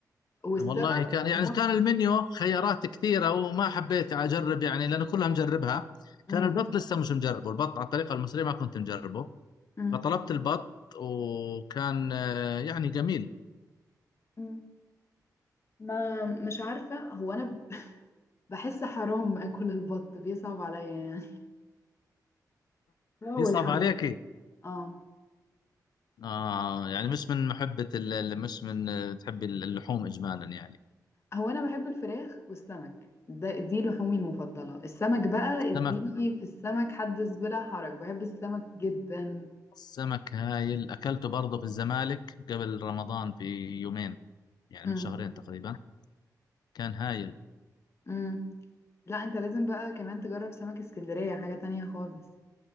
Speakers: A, on the left; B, on the left.
A: والسبب
B: والله كان يعني
A: مضحك
B: كان المنيو خيارات كثيرة وما حبيت أجرب يعني لأنه كلها مجربها
A: مم،
B: كان البط لسه مش مجربه البط على الطريقة المصرية ما كنت مجربه
A: مم،
B: فطلبت البط وكان آه، يعني جميل
A: مم. ما مش عارفة هو أنا بحس حرام اكل البط بيصعب عليا يعني هو
B: يصعب
A: الحمام
B: عليكي
A: اه
B: آه يعني مش من محبة ال- ال- مش من آه، تحبي اللحوم إجمالا يعني
A: هو انا بحب الفراخ والسمك ده دي لحومي المفضله السمك بقى اديني
B: سمك
A: في السمك حدث بلا حرج بحب السمك جدا
B: سمك هايل أكلته برضه في الزمالك قبل رمضان في يومين يعني
A: امم
B: من شهرين تقريبا كان هايل
A: امم لا انت لازم بقى كمان تجرب سمك اسكندريه حاجه تانية خالص